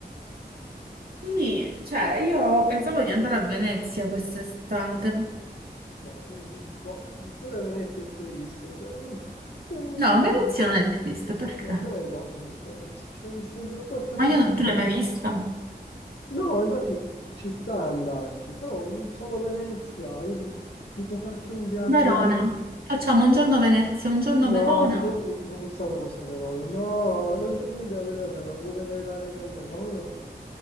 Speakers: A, on the right; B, on the left.
A: Quindi, cioè, io pensavo di andare a Venezia quest'estate.
B: Ma io, boh, pure Venezia è triste, cioè, mm,
A: No, Venezia non è triste, perché?
B: mm, a me dà tristezza, cioè, nel senso, qualcosa
A: Ma
B: di
A: io,
B: più.
A: tu l'hai mai vista?
B: No, infatti ci sta a andarci, però mm, solo Venezia, io tipo farci un viaggio
A: Verona.
B: magari...
A: Facciamo un giorno Venezia, un giorno
B: No,
A: Verona.
B: ti sei, mi- ti sei fissata con sta Verona. No, non c'è niente da vedere a Verona. Vuoi vedere l'arena di Verona?